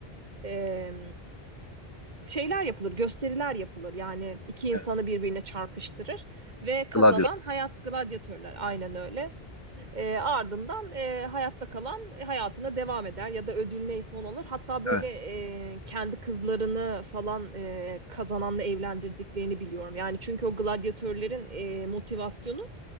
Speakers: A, on the right; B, on the left.
A: e, şeyler yapılır, gösteriler yapılır. Yani iki insanı
B: Evet.
A: birbirine çarpıştırır ve kazanan
B: Gladiator.
A: hayat gladyatörler. Aynen öyle. E, ardından e, hayatta kalan hayatına devam eder ya da ödül neyse onu alır. Hatta böyle
B: Evet.
A: e, kendi kızlarını falan e, kazananla evlendirdiklerini biliyorum. Yani çünkü o gladyatörlerin e, motivasyonu